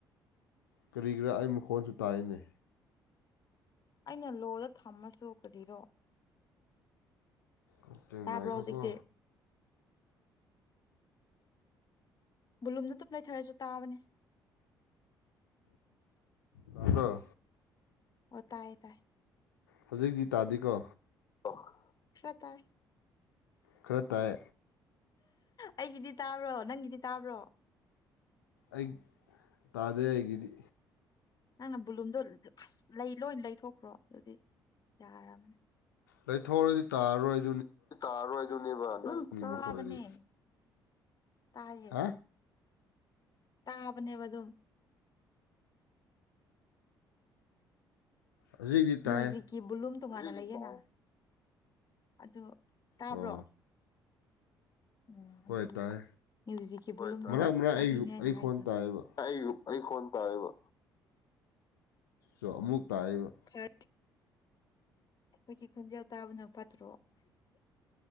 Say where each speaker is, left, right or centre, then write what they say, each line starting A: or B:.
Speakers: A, on the left (about 75°); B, on the left (about 35°).
A: ꯀꯔꯤꯒꯤꯔꯥ ꯑꯩ ꯃꯈꯣꯟꯁꯨ ꯇꯥꯏꯅꯦ
B: ꯑꯩꯅ ꯂꯣꯗ ꯊꯝꯃꯁꯨ ꯀꯔꯤꯔꯣ
A: ꯉꯥꯛꯇꯪ
B: ꯇꯥꯕ꯭ꯔꯣ
A: ꯉꯥꯏꯈꯣꯀꯣ
B: ꯍꯧꯖꯤꯛꯇꯤ ꯚꯣꯂꯨꯝꯗꯣ ꯑꯗꯨꯝ ꯂꯩꯊꯔꯁꯨ ꯇꯥꯕꯅꯦ
A: ꯇꯥꯕ꯭ꯔꯣ
B: ꯑꯣ ꯇꯥꯏ ꯇꯥꯏ
A: ꯍꯧꯖꯤꯛꯇꯤ ꯇꯥꯗꯦꯀꯣ
B: ꯑꯣ ꯈꯔ ꯇꯥꯏ
A: ꯈꯔ ꯇꯥꯏ
B: ꯑꯩꯒꯤꯗꯤ ꯇꯥꯕ꯭ꯔꯣ ꯅꯪꯒꯤꯗꯤ ꯇꯥꯕ꯭ꯔꯣ
A: ꯑꯩ ꯇꯥꯗꯦ ꯑꯩꯒꯤꯗꯤ
B: ꯅꯪꯅ ꯕꯨꯂꯨꯝꯗꯣ ꯑꯁ ꯂꯩ ꯂꯣꯏ ꯂꯩꯊꯣꯛꯈ꯭ꯔꯣ ꯑꯗꯨꯗꯤ ꯌꯥꯔꯕꯅꯤ
A: ꯂꯩꯊꯣꯛꯔꯗꯤ ꯇꯥꯔꯣꯏ
B: ꯇꯥꯔꯣꯏꯗꯨꯅꯦꯕ ꯑꯗꯨꯝ ꯇꯥꯕꯅꯦ
A: ꯃꯈꯣꯟꯗꯤ
B: ꯇꯥꯏꯌꯦ
A: ꯍꯥ
B: ꯇꯥꯕꯅꯦꯕꯑꯗꯨꯝ
A: ꯍꯧꯖꯤꯛꯇꯤ ꯇꯥꯏ
B: ꯃ꯭ꯌꯨꯖꯤꯛꯀꯤ ꯕꯣꯂꯨꯝ ꯇꯣꯉꯥꯟꯅ ꯂꯩꯌꯦꯅ ꯑꯗꯣ ꯇꯥꯕ꯭ꯔꯣ
A: ꯑꯣ
B: ꯎꯝ
A: ꯍꯣꯏ
B: ꯑꯗꯨꯅꯦ
A: ꯇꯥꯏ
B: ꯃ꯭ꯌꯨꯖꯤꯛꯀꯤ ꯚꯣꯂꯨꯝ ꯍꯣꯏ
A: ꯃꯔꯛ
B: ꯇꯥꯏꯌꯦ
A: ꯃꯔꯛ
B: ꯑꯗꯨꯅꯦ
A: ꯑꯩ
B: ꯍꯥꯏꯅ
A: ꯑꯩ
B: ꯍꯥꯏꯗꯣ
A: ꯈꯣꯟ ꯇꯥꯏꯌꯦꯕ
B: ꯇꯥꯏꯌꯦ ꯑꯩ ꯐꯣꯟ ꯇꯥꯏꯌꯦꯕ
A: ꯇꯣ ꯑꯃꯨꯛ ꯇꯥꯏꯌꯦꯕ
B: ꯐꯔꯦ ꯑꯩꯈꯣꯏꯒꯤ ꯈꯣꯟꯖꯦꯜ ꯇꯥꯕꯅ ꯐꯠꯇ꯭ꯔꯣ